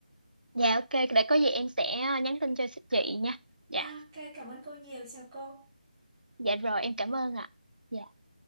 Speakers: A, on the right; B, on the right.
A: Dạ ok, để có gì em sẽ nhắn tin cho chị nha. Dạ,
B: À, Ok, cảm ơn cô nhiều, chào cô.
A: dạ rồi em cảm ơn ạ. Dạ.